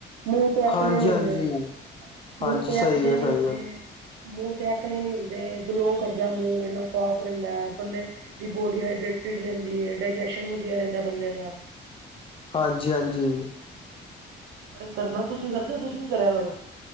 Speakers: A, on the right; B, on the left.
A: ਮੂੰਹ ਤੇ ਐਕਣੇ
B: ਹਾਂਜੀ
A: ਨੀ ਹੁੰਦੇ।
B: ਹਾਂਜੀ
A: ਮੂੰਹ
B: ਹਾਂਜੀ
A: ਤੇ
B: ਸਹੀ
A: ਐਕਨੇ
B: ਹੈ
A: ਨਹੀਂ
B: ਸਹੀ
A: ਹੁੰਦੇ।
B: ਹੈ
A: ਮੂੰਹ ਤੇ ਐਕਣੇੇ ਨੀ ਹੁੰਦੇ ਗਲੋ ਕਰਦਾ ਮੂੰਹ ਇੰਨਾ ਸਾਫ ਰਹਿੰਦਾ ਬੰਦੇ। ਦੀ ਬੋਡੀ ਹਾਈਡਰੇਟਡ ਰਹਿੰਦੀ ਹੈ ਡਾਇਜੈਸ਼ਨ ਵਧੀਆ ਰਹਿੰਦਾ ਬੰਦੇ ਦਾ।
B: ਹਾਂਜੀ ਹਾਂਜੀ।
A: ਕਰਨਾ ਤੁਸੀਂ ਕਰਦੇ ਹੋ ਤੁਸੀਂ ਵੀ ਕਰਿਆ ਕਰੋ